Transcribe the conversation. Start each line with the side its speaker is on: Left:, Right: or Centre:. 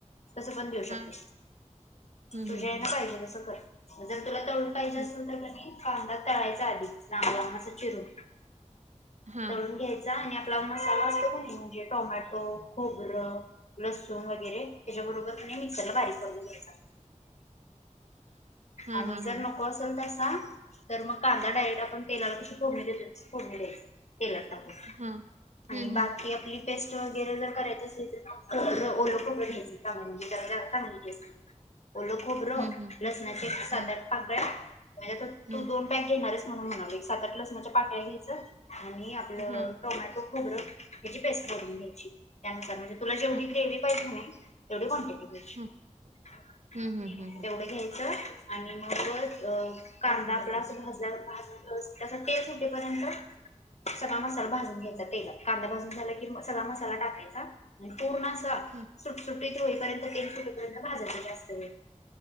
Left: तसं पण देऊ
Right: हा
Left: शकते
Right: हम्म
Left: तुझ्या
Right: हम्म
Left: आहे ना पाहिजे तसं कर म्हणज तुला तळून पाहिजे
Right: हम्म
Left: असेल तर कणी कांदा तळायचा आधी लांब लांब असं चिरून
Right: हा
Left: तळून घ्यायचा आणि <unintelligible> मसाला असतो कणी म्हणजे टोमॅटो खोबरं लसूण वगैरे त्याच्याबरोबर मिक्सर ला बारीक करून घ्यायच
Right: <inaudible> हा
Left: आणि
Right: हा हा
Left: जर
Right: हा
Left: नको असेल तर तर मग कांदा डायरेक्ट आपण तेलाला कशी फोडणी द्यायची तस फोडणी द्यायच तेला टाकून
Right: हा हम्म
Left: आणि बाकी
Right: हम्म
Left: आपली पेस्ट वगैरे जर करायच असेल तर खोबर ओल खोबर घ्यायच चांगलं म्हणजे <unintelligible> असतील ओल खोबर
Right: हम्म हम्म
Left: लसनाचे एक सात
Right: हम्म
Left: आठ पाकळ्या म्हणजे आता
Right: हम्म.
Left: तू दोन पॅक घेणार हायस म्हणून म्हणाल एक सात आठ लसणाच्या पाकळ्या घ्यायचं आणि आपलं
Right: हां.
Left: टोमॅटो खोबरं हेची पेस्ट करवून घ्यायची त्यानुसार म्हणजे तुला जेवढी
Right: हां.
Left: ग्रेव्ही पाहिजे नाही तेवढी क्वांटिटी पाहिजे
Right: हां. हम्म हम्म हम्म हम्म.
Left: तेवढ घ्यायचे
Right: <inaudible>
Left: आणि मग च अ कांदा आपला अस भाजल्यावर भाजुन व्यवस्थित अस तेल सुटेपर्यंत सगळा मसाला भाजून घ्यायचा तेलात कांदा भाजून झाला कि सगळा मसाला टाकायचा आणि पूर्ण अस
Right: हां.
Left: सुट सुटीत होईपर्यंत तेल सुटेपर्यंत भाजयच जास्त वेळ